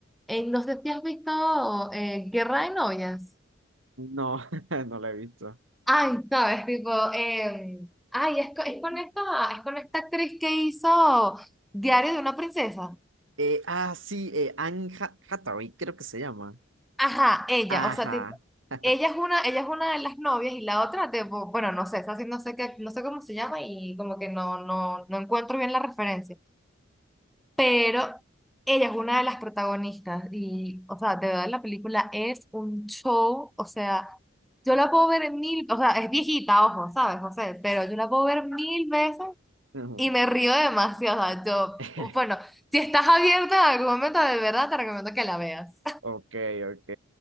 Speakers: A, in the centre; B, on the right.
A: eh, no sé si has visto eh, Guerra de Novias.
B: No, <laughs> no la he visto.
A: Ay, sabes, tipo, eh, ay, es, co- es con esta, es con esta actriz que hizo Diario de una princesa.
B: Eh, ah, sí, eh, Anne Ha- Hathaway, creo que se llama.
A: Ajá, ella,
B: Ajá.
A: o sea, tipo,
B: <laughs>
A: ella es una, ella es una de las novias y la otra, tipo, bueno, no sé, esa sí no sé qué, no sé cómo se llama y como que no, no, no encuentro bien la referencia, pero ella es una de las protagonistas y, o sea, de verdad la película es un show, o sea, yo la puedo ver mil, o sea, es viejita, ojo, ¿sabes, José? Pero yo la puedo ver mil veces
B: Ujú.
A: y me río demasiado, o sea, yo,
B: <laughs>
A: bueno, si estás abierta en algún momento, de verdad te recomiendo que la veas.
B: Ok, ok.